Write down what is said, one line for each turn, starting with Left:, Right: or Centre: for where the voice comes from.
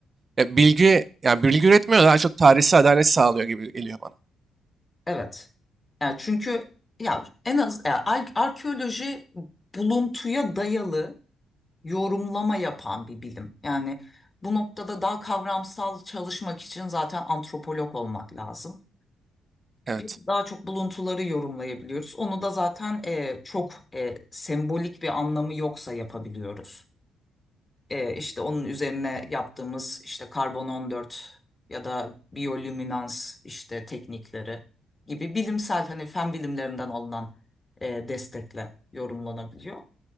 Right: ya bilgi yani bilgi üretmiyor da daha çok tarihsel adalet sağlıyor gibi geliyor bana.
Left: Evet. Yani çünkü ya en az ya ar- arkeoloji buluntuya dayalı yorumlama yapan bir bilim. Yani bu noktada daha kavramsal çalışmak için zaten antropolog olmak lazım.
Right: Evet.
Left: Biz daha çok buluntuları yorumlayabiliyoruz. Onu da zaten e, çok e, sembolik bir anlamı yoksa yapabiliyoruz. E, işte onun üzerine yaptığımız işte karbon 14 ya da biyolüminans işte teknikleri gibi bilimsel hani fen bilimlerinden alınan e, destekle yorumlanabiliyor.